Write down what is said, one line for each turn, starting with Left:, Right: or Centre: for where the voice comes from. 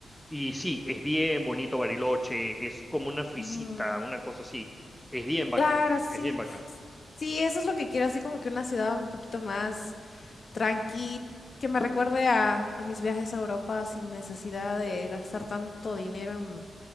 Centre: Y sí, es bien bonito Bariloche, es como una suicita,
Left: Ujú,
Centre: una cosa así. Es bien bacán,
Left: Claro, sí.
Centre: es bien bacán.
Left: s- Sí, eso es lo que quiero, así como que una ciudad un poquito más tranqui, que me recuerde a, a mis viajes a Europa sin necesidad de gastar tanto dinero en